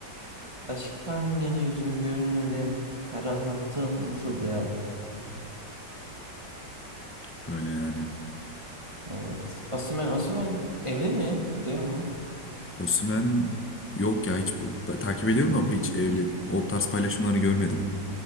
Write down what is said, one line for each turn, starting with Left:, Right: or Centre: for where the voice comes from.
Right: Aşktan yana yüzüm gülmedi. Kara Fatım nasıldı ya?
Left: <laughs> öyle yani.
Right: Evet. Osimhen, Osimhen evli mi? Biliyor musun?
Left: Osimhen yok ya hiç bu- ta- takip ediyorum ama hiç evli o tarz paylaşımlarını görmedim.